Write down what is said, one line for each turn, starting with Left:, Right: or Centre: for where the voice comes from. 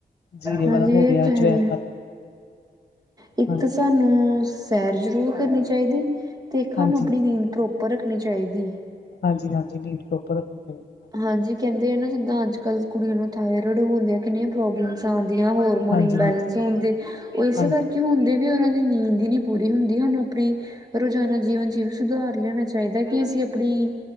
Left: ਜ਼ੀਰੇ
Right: ਹਾਂਜੀ
Left: ਵਾਲਾ ਹੋਗਿਆ,
Right: ਇਹ ਤਾਂ ਹੈ,
Left: ਜਵੈਨ ਵਾਲਾ।
Right: ਇੱਕ
Left: ਹਾਂਜੀ
Right: ਤਾ ਸਾਨੂੰ, ਸੈਰ ਜ਼ਰੂਰ ਕਰਨੀ ਚਾਈਦੀ, ਤੇ ਇਕ ਹਾਨੂੰ
Left: ਹਾਂਜੀ
Right: ਆਪਨੀ ਨੀਂਦ ਪ੍ਰੋਪਰ ਰੱਖਨੀ ਚਾਈਦੀ।
Left: ਹਾਂਜੀ-ਹਾਂਜੀ, ਨੀਂਦ ਪ੍ਰੌਪਰ ਰਖ <unintelligible>
Right: ਹਾਂਜੀ ਕਹਿੰਦੇ ਏ ਨਾ, ਜਿੱਦਾਂ ਅੱਜ-ਕੱਲ ਕੁੜੀਆਂ ਨੂੰ ਥਾਇਰੋਇਡ ਹੁੰਦੇ ਆ, ਕਿੰਨੀਆਂ ਪ੍ਰੋਬਲਮਸ ਆਂਦੀਆਂ ਹੋਰ। ਮੋਨ
Left: ਹਾਂਜੀ
Right: ਇੰਮਬੈਲੈਂਸ
Left: ਹਾਂਜੀ
Right: ਹੋਂਦੇ, ਓ ਏਸੇ
Left: ਹਾਂਜੀ
Right: ਕਰਕੇ ਹੋਂਦੇ। ਵੀ ਉਹਨਾਂ ਦੀ ਨੀਂਦ ਈ ਨਹੀਂ ਪੂਰੀ ਹੁੰਦੀ, ਹਾਨੂੰ ਆਪਣੀ ਰੋਜਾਨਾ ਜੀਵਨ'ਚ ਏ ਵੀ ਸੁਧਾਰ ਲਿਆਣਾ ਚਾਈਦਾ ਕਿ ਅਸੀਂ ਅਪਣੀ,